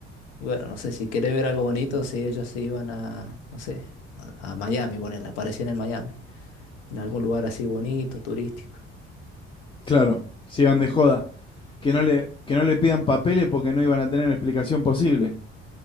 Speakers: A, on the left (about 75°); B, on the left (about 15°).
A: Y bueno, no sé si querés ver algo bonito, si ellos se iban a, no sé, a, a Miami, bueno, aparecían en Miami. en algún lugar así bonito, turístico.
B: claro, si iban de joda. Que no le, que no le pidan papeles porque no iban a tener explicación posible.